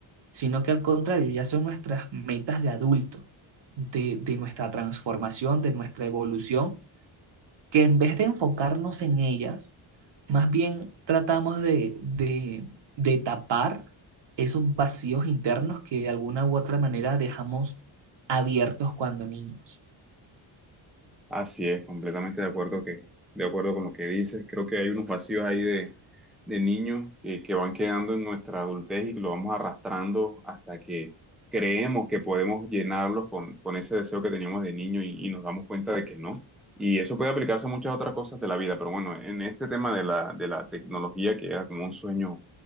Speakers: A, on the right; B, in the centre.
A: sino que al contrario, ya son nuestras metas de adulto, de, de nuestra transformación, de nuestra evolución que en vez de enfocarnos en ellas, más bien tratamos de, de, de tapar esos vacíos internos que de alguna u otra manera dejamos abiertos cuando niños.
B: Así es, completamente de acuerdo que, de acuerdo con lo que dices. Creo que hay unos vacíos ahí de, de niños que, que van quedando en nuestra adultez y que lo vamos arrastrando hasta que creemos que podemos llenarlos con, con ese deseo que teníamos de niño y, y nos damos cuenta de que no. Y eso puede aplicarse a muchas otras cosas de la vida, pero bueno, en este tema de la, de la tecnología, que era como un sueño,